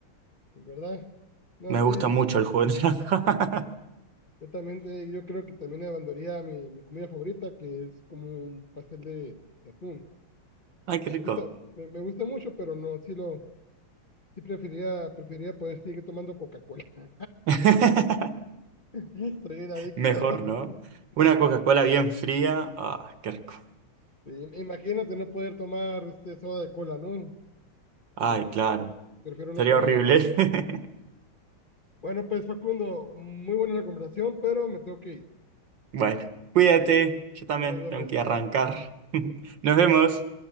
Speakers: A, on the left (about 30°); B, on the right (about 60°).
A: ¿verdad? No,
B: Me
A: sí,
B: gusta mucho el jugo de naranja.
A: Yo también, eh, yo creo que también abandonaría mi, mi comida favorita, que es como un pastel de, de atún.
B: <laughs> Ay, qué
A: Me
B: rico.
A: gusta, me, me gusta mucho, pero no, sí lo, sí preferiría, preferiría poder seguir tomando Coca-Cola.
B: <laughs>
A: <laughs> Soy un adicto.
B: Mejor, ¿no?
A: <laughs>
B: Una Coca-Cola bien fría. Ah, qué rico.
A: Sí, imagínate no poder tomar este soda de cola, ¿no?
B: Ay,
A: No,
B: claro.
A: prefiero no
B: Sería
A: comer
B: horrible.
A: ya.
B: <laughs>
A: Bueno, pues Facundo, muy buena la conversación, pero me tengo que ir.
B: Bueno, cuídate. Yo también
A: Ahí nos vemos.
B: tengo que arrancar. <laughs> Nos vemos.